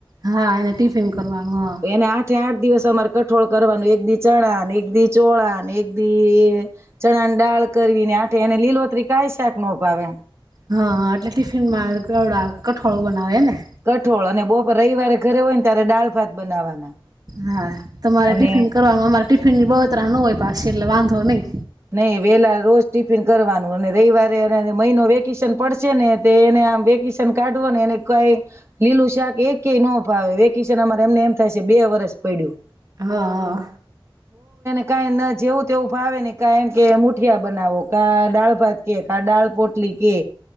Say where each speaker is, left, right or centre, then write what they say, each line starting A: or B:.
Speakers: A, on the right; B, on the right.
A: હા એ ટિફિન કરવાવાનું હ
B: એને આઠે આઠ દિવસ અમારે કઠોળ કરવાનું એક દી ચણા એક દી ચોળાન એક દી ચણાની દાળ કરવીને આઠે એને લીલોતરી કઈ શાક નો ભાવે
A: હા એટલે ટિફિન માં ઘણાં કઠોળ બના હવ હેને
B: કઠોળ અને બપોર રવિવારે ઘરે હોય ને ત્યારે દાળ ભાત બનાવવાના
A: હા તમારે
B: અને
A: ટીફીન કરવાન અમારે ટીફીનની બડતરા ના હોય એટલે વાંધો હ નહી
B: નહીં વેલા રોજ ટિફિન કરવાનું અને રવિવારે મહિનો વેકેશન પડશે ને એને આમ વેકેશન કાઢવો ને એને કઈ લીલું શાક એ કય ન ભાવે વેકેશન અમારે એમને એમ થાય છે બે વરસ પડ્યું
A: હા હા
B: કઈ ન જેવું તેવું ભાવે ને કા એમ કે મુઠિયા બનાવો કા દાળ ભાત કે કા દાળ પોટલી કે